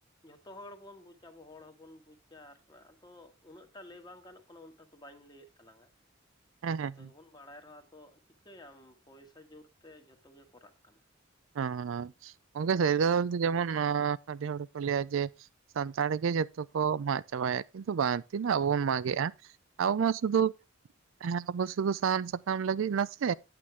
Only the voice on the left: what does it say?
ᱡᱷᱚᱛᱚ ᱦᱚᱲ ᱵᱚᱱ ᱵᱩᱡᱟ ᱟᱵᱚ ᱦᱚᱲ ᱦᱚᱸ ᱵᱚᱱ ᱵᱩᱡᱟ ᱟᱨ ᱟᱫᱚ ᱩᱱᱟᱹᱜ ᱴᱟ ᱞᱟᱹᱭ ᱵᱟᱝ ᱜᱟᱱᱚᱜ ᱠᱟᱱᱟ ᱩᱱᱟᱹᱜ ᱴᱟ ᱛᱮ ᱵᱟᱹᱧ ᱞᱟᱹᱭᱮᱫ ᱼᱼ ᱛᱟᱞᱟᱝᱟ
ᱡᱚᱛᱚ
ᱜᱮ ᱵᱚᱱ ᱵᱟᱲᱟᱭ ᱨᱮᱦᱚᱸ ᱟᱫᱚ ᱼᱼ ᱪᱤᱠᱟᱹᱭᱟᱢ ᱯᱚᱭᱥᱟ ᱡᱳᱨᱛᱮ ᱡᱷᱚᱛᱚ ᱜᱮ ᱠᱚᱨᱟᱜ ᱠᱟᱱᱟ ᱾